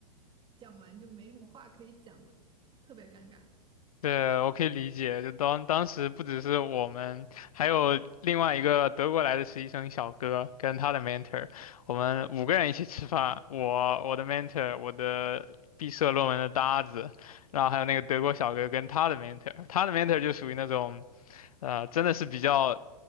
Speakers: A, on the right; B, on the left.
A: 讲完就没什么话可以讲了，特别尴尬。<laughs>
B: 对，我可以理解。就当当时不只是我们，还有另外一个德国来的实习生小哥跟他的 mentor，我们五个人一起吃饭。我、我的 mentor、我的毕设论文的搭子，然后还有那个德国小哥跟他的 mentor，他的 mentor 就属于那种呃，真的是比较